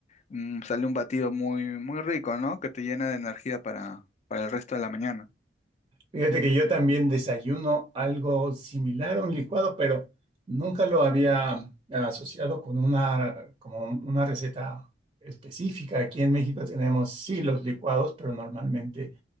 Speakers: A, on the left (about 40°); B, on the right (about 25°).
A: mm, sale un batido muy, muy rico, ¿no? Que te llena de energía para, para el resto de la mañana.
B: Fíjate que yo también desayuno algo similar a un licuado, pero nunca lo había asociado con una, como una receta específica. Aquí en México tenemos sí los licuados, pero normalmente